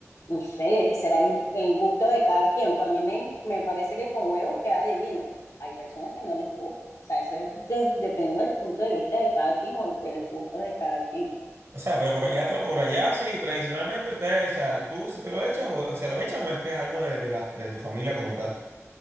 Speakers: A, on the left; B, on the right.
A: no sé, será el, el gusto de cada quien. Pues a mí me, me parece que con huevo queda divino. Hay personas que no les gusta. O sea, eso es de- depende del punto de vista de cada quien o de los gustos de cada quien.
B: o sea, pero por allá, tra- por allá sí, tradicionalmente ustedes, o sea, tú si te lo echas, o, se lo echan o es que es algo de, de la, de tu familia como tal.